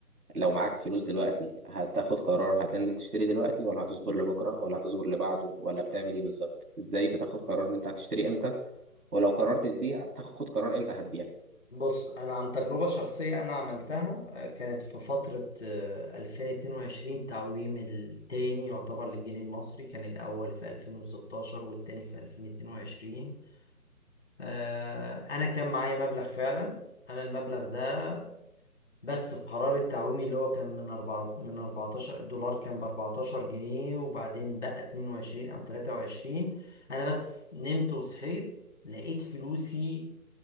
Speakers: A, on the right (about 85°); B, on the left (about 50°).
A: لو معاك فلوس دلوقتي هتاخد قرار هتنزل تشتري دلوقتي ولا هتصبر لبكرة ولا هتصبر لبعده ولا بتعمل ايه بالظبط ازاي بتاخد قرار ان انت هتشتري امتى ولو قررت تبيع تاخد قرار امتى هتبيع
B: بص انا عن تجربه شخصيه انا عملتها آه، كانت في فتره آه، 2022 تعويم التاني يعتبر للجنيه المصري كان الاول في 2016 والتاني في 2022 آه، انا كان معايا مبلغ فعلا انا المبلغ ده بس في قرار التعويمي اللي هو كان من أربعة من 14 الدولار كان ب 14 جنيه وبعدين بقى 22 او 23 انا بس نمت وصحيت لقيت فلوسي